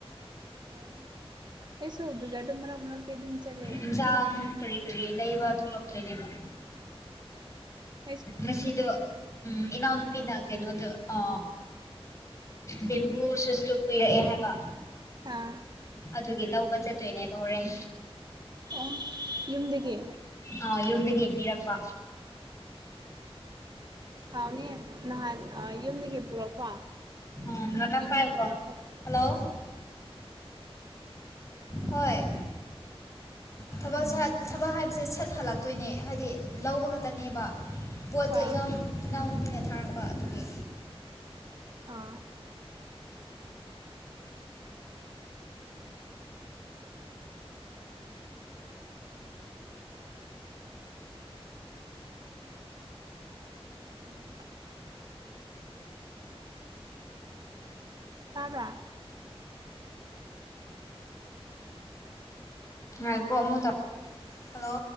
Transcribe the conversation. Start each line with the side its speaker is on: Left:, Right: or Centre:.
Right: ꯑꯣ ꯑꯩꯁꯨ ꯕꯖꯥꯔꯗ ꯃꯔꯛ ꯃꯔꯛꯇ ꯑꯗꯨꯝ ꯆꯠꯂꯦ
Left: ꯏꯟꯁꯥꯡ ꯀꯔꯤ ꯀꯔꯤ ꯂꯩꯕ ꯊꯣꯛꯂꯛꯇꯣꯏꯅꯦꯕ
Right: ꯎꯝ
Left: ꯉꯥꯁꯤꯗꯨ ꯎꯝ ꯏꯅꯥꯎ ꯅꯨꯄꯤꯅ ꯀꯩꯅꯣꯗꯣ ꯑ ꯕꯦꯝꯕꯨ ꯁꯨꯁꯇꯨ ꯄꯤꯔꯛꯑꯦ ꯍꯥꯏꯕ
Right: ꯑꯥ
Left: ꯑꯗꯨꯒꯤ ꯂꯧꯕ ꯆꯠꯇꯣꯏꯅꯦꯕ ꯍꯣꯔꯦꯟ
Right: ꯑꯣ ꯌꯨꯝꯗꯒꯤ
Left: ꯑ ꯌꯨꯝꯗꯒꯤ ꯄꯤꯔꯛꯄ
Right: ꯊꯥꯎꯅꯦ ꯅꯍꯥꯟ ꯌꯨꯝꯗꯒꯤ ꯄꯨꯔꯛꯄ
Left: ꯎꯝ ꯉꯥꯛꯇꯪ
Right: ꯌꯨꯝꯗꯒꯤ
Left: ꯄꯥꯏꯌꯨꯀꯣ
Right: ꯄꯨ꯭ꯔꯣꯛꯄ
Left: ꯍꯜꯂꯣ ꯍꯣꯏ ꯊꯕꯛ ꯁꯠ ꯊꯕꯛ ꯍꯥꯏꯕꯁꯦ ꯁꯠ ꯍꯜꯂꯛꯇꯣꯏꯅꯦ ꯍꯥꯏꯗꯤ ꯂꯧꯕ ꯈꯛꯇꯅꯦꯕ ꯄꯣꯠꯇꯣ
Right: ꯑꯥ
Left: ꯏꯅꯥꯎ ꯏꯅꯥꯎꯅꯨꯄꯤꯅ ꯊꯥꯔꯛꯄ ꯑꯗꯨꯒꯤ
Right: ꯑꯥ ꯎꯝ ꯇꯕꯔꯥ
Left: ꯉꯥꯏꯈꯣ ꯀꯣ ꯑꯃꯨꯛ ꯇꯧꯔꯛ꯫ ꯍꯜꯂꯣ